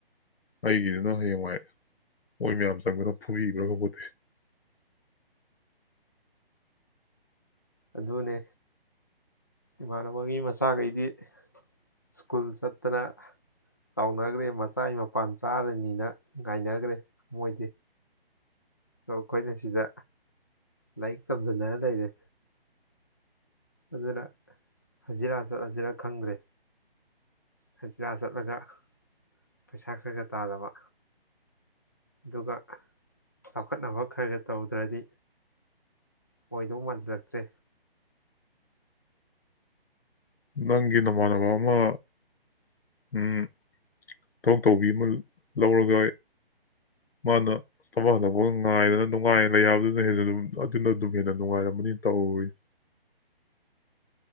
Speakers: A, on the left; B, on the left.
A: ꯑꯩꯒꯤꯗꯨꯅ ꯍꯌꯦꯡꯋꯥꯏ ꯃꯣꯏ ꯃꯌꯥꯝ ꯆꯪꯕꯅ ꯐꯨꯕꯤꯈ꯭ꯔꯒ ꯈꯄꯣꯠꯇꯤ
B: ꯑꯗꯨꯅꯦ ꯏꯃꯥꯟꯅꯕꯒꯤ ꯃꯆꯥꯈꯩꯗꯤ ꯁ꯭ꯀꯨꯜ ꯆꯠꯇꯅ ꯆꯥꯎꯅꯈ꯭ꯔꯦ ꯃꯆꯥꯒꯤ ꯃꯄꯥꯟ ꯆꯥꯔꯅꯤꯅ ꯉꯥꯏꯅꯈ꯭ꯔꯦ ꯃꯣꯏꯗꯤ ꯑꯣ ꯑꯩꯈꯣꯏꯅ ꯁꯤꯗ ꯂꯥꯏꯔꯤꯛ ꯇꯝꯖꯟꯅꯅ ꯂꯩꯔꯦ ꯑꯗꯨꯅ ꯍꯖꯤꯔꯥ ꯆꯠ ꯍꯖꯤꯔꯥ ꯈꯪꯗ꯭ꯔꯦ ꯍꯖꯤꯔꯥ ꯆꯠꯂꯒ ꯄꯩꯁꯥ ꯈꯔ ꯈ ꯇꯥꯗꯕ ꯑꯗꯨꯒ ꯆꯥꯎꯈꯠꯅꯕ ꯈꯔꯒ ꯇꯧꯗ꯭ꯔꯗꯤ ꯑꯣꯏꯗꯧ ꯃꯥꯟꯁꯤꯜꯂꯛꯇ꯭ꯔꯦ
A: ꯅꯪꯒꯤ ꯅꯃꯥꯟꯅꯕ ꯑꯃ ꯎꯝ ꯊꯕꯛ ꯇꯧꯕꯤ ꯑꯃ ꯂꯧꯔꯒ ꯃꯥꯅ ꯊꯕꯛ ꯍꯟꯗꯣꯛꯄꯒ ꯉꯥꯏꯗꯅ ꯅꯨꯡꯉꯥꯏ ꯂꯩ ꯍꯥꯏꯕꯗꯨꯅ ꯍꯦꯟꯅ ꯑꯗꯨꯝ ꯑꯗꯨꯅ ꯑꯗꯨꯝ ꯍꯦꯟꯅ ꯅꯨꯡꯉꯥꯏꯔꯝꯃꯅꯤꯅ ꯇꯧꯏ